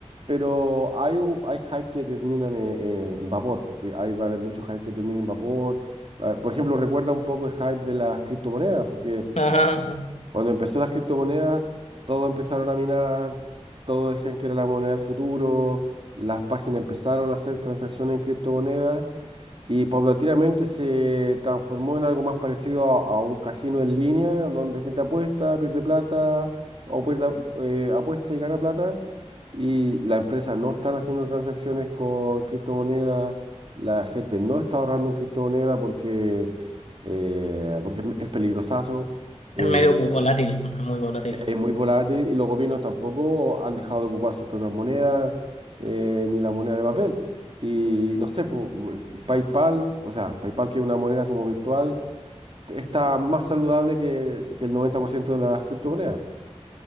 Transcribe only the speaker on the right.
pero hay, u- hay hype que terminan en, en vapor, porque ahí va a haber mucho hype que termina en vapor. Ah, Por ejemplo, recuerda un poco el hype de las criptomonedas, porque
Cuando empezó las criptomonedas, todos empezaron a minar, todos decían que era la moneda del futuro, las páginas empezaron a hacer transacciones en criptomonedas y paulatinamente se transformó en algo más parecido a, a un casino en línea, donde gente apuesta, pierde plata o pierde, eh, apuesta y gana plata. Y las empresas no están haciendo transacciones con criptomonedas, la gente no está ahorrando en criptomonedas porque, eh, porque es es peligrosazo. eh,
es muy volátil y los gobiernos tampoco han dejado de ocupar sus propias monedas, eh, ni la moneda de papel. Y no sé, pu- PayPal, o sea, PayPal que es una moneda como virtual, está más saludable que, que el 90% de las criptomonedas.